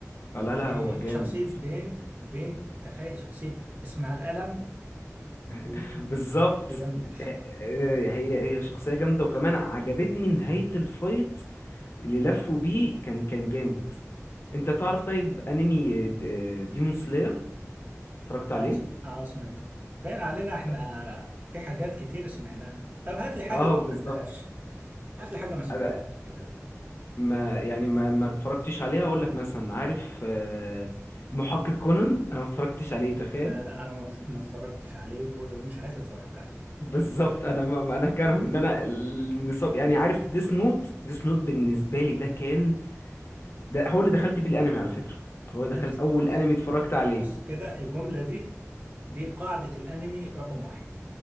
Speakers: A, on the left; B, on the right.
A: آه،
B: وشخصية
A: لا لا هو جامد
B: بين بين تخيل شخصية اسمها القلم وتدمر
A: <laughs> بالظبط آه، هي هي شخصية جامدة وكمان عجبتني نهاية الفايت اللي لفوا بيه كان كان جامد انت تعرف طيب انمي ديمون سلاير اتفرجت عليه
B: اه سم- آه، سمعته باين علينا احنا
A: اه
B: في حاجات كتير سمعناها طب هات لي حاجة
A: آه،
B: ما
A: بالظبط
B: سمعتهاش هات لي حاجة ما سمعتهاش
A: أبقى-
B: كده
A: ما يعني ما ما اتفرجتش عليه هقول لك مثلا عارف آه، المحقق كونان انا ما اتفرجتش عليه تخيل
B: لا لا انا ما ت- ما اتفرجتش عليه ومش عايز اتفرج عليه
A: بالظبط
B: لا لا
A: انا ما ما- انا كاره
B: عايز.
A: ان انا النصاب يعني عارف ديس نوت ديس نوت بالنسبه لي ده كان ده هو اللي دخلت بيه الانمي على فكره هو اللي
B: نفس
A: دخل اول
B: بص
A: انمي اتفرجت عليه
B: بص كده الجملة دي دي قاعدة الانمي رقم واحد